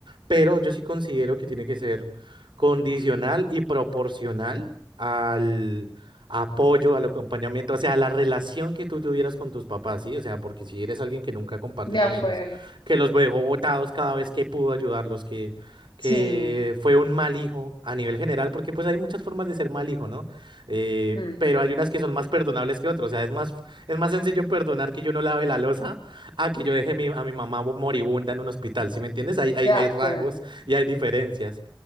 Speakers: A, on the right (about 85°); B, on the left (about 85°).
A: Pero yo sí considero que tiene que ser condicional y proporcional al apoyo, al acompañamiento, o sea, a la relación que tú tuvieras con tus papás, ¿sí? O sea, porque si eres alguien que nunca compartió
B: De acuerdo.
A: con ellos que los dejó botados cada vez que pudo ayudarlos, que, que
B: Sí,
A: fue un mal hijo a nivel general, porque pues hay muchas formas de ser mal hijo, ¿no? Eh,
B: mm,
A: pero hay unas que son más perdonables que otras, o sea, es más, es más sencillo perdonar que yo no lave la loza a que yo deje mi- a mi mamá moribunda en un hospital, ¿sí me entiendes? Hay, hay,
B: de acuerdo.
A: hay rangos y hay diferencias.